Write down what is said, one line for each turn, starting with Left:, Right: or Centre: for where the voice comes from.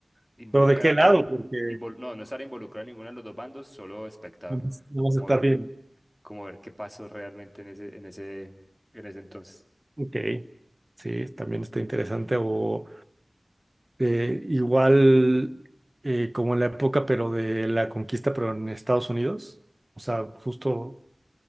Centre: involucrado,
Right: Pero ¿de qué lado? Porque
Centre: no, no estar involucrado en ninguno de los dos bandos, solo espectador,
Right: es- no
Centre: como
Right: vas a estar
Centre: ver,
Right: bien.
Centre: como ver qué pasó realmente en ese, en ese, en ese entonces.
Right: Ok, sí, también está interesante. O eh, igual eh, como en la época, pero de la conquista, pero en Estados Unidos. O sea, justo